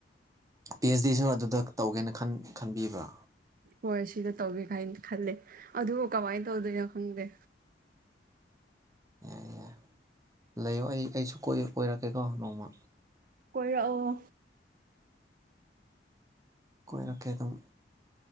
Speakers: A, on the right (about 20°); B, on the right (about 50°).
A: ꯄꯤ ꯑꯩꯆ ꯗꯤꯁꯨ ꯑꯗꯨꯗ ꯇꯧꯒꯦꯅ ꯈꯟ ꯈꯟꯕꯤꯕ꯭ꯔꯥ
B: ꯍꯣꯏ ꯁꯤꯗ ꯇꯧꯒꯦ ꯀꯥꯏꯅ ꯈꯜꯂꯦ ꯑꯗꯨ ꯀꯃꯥꯏ ꯇꯧꯗꯣꯏꯅꯣ ꯈꯪꯗꯦ
A: ꯌꯥꯏ ꯌꯥꯏ ꯂꯩꯌꯣ ꯑꯩ ꯑꯩꯁꯨ ꯀꯣꯏ ꯀꯣꯏꯔꯛꯀꯦꯀꯣ ꯅꯣꯡꯃ
B: ꯀꯣꯏꯔꯛꯑꯣ
A: ꯀꯣꯏꯔꯛꯀꯦ ꯑꯗꯨꯝ